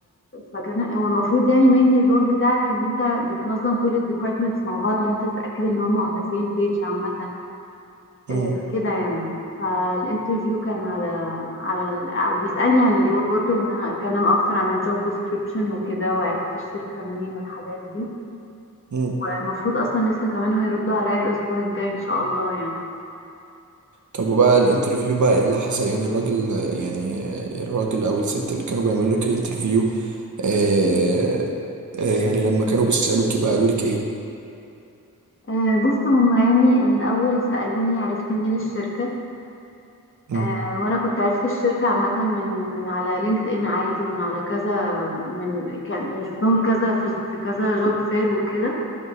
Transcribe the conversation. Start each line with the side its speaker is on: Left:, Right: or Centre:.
Left: فكان هو المفروض يعني mainly الرول بتاعك ان انت بتنظم كل الديبارتمنتس مع بعض وان انت تتأكد ان هم on the same page عامة
Right: مم.
Left: آه، كده يعني فالانترفيو كان على على ال- بيسألني عن الرول برضو ان انا اتكلم اكتر عن الجوب ديسكريبشن وكده وعرفت الشركة منين والحاجات دي
Right: مم.
Left: المفروض اصلا لسه كمان هيردوا عليا الاسبوع الجاي ان شاء الله يعني
Right: طب وبقى الانترفيو بقى ايه اللي حصل يعني الراجل يعني الراجل او الست اللي كانوا بيعملوا لك الانترفيو آه آه يعني لما كانوا بيسألوكي بقى قالوا لك ايه
Left: آه، بص هما يعني الأول سألوني عرفت منين الشركة
Right: مم.
Left: آه، وأنا كنت عرفت الشركة عامة من من على لينكد إن عادي ومن على كذا من كان يعني شفتهم كذا في في كذا جوب فير وكده